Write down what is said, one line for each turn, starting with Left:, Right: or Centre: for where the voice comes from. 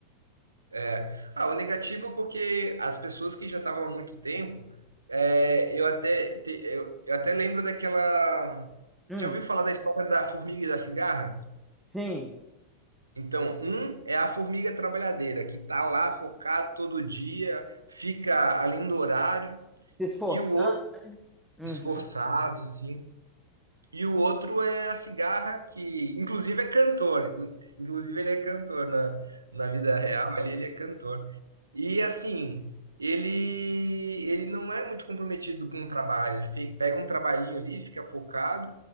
Right: é. Ah, o negativo é porque as pessoas que já estavam há muito tempo, é, eu até, te- eu, eu até lembro daquela,
Centre: Hum,
Right: já ouviu falar da história da formiga e da cigarra?
Centre: sim.
Right: Então, um é a formiga trabalhadeira, que está lá focado todo dia, fica além do horário,
Centre: Se esforçando.
Right: e o outro,
Centre: Uhum.
Right: esforçado, sim, e o outro é a cigarra, que inclusive é cantor. In- Inclusive ele é cantor na, na vida real, ali ele é cantor. E assim, ele ele não é muito comprometido com o trabalho. Ele fe- pega um trabalhinho ali, fica focado